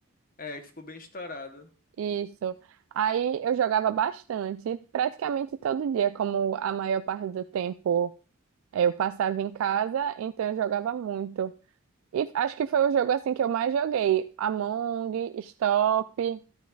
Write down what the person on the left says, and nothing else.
É, que ficou bem estourado.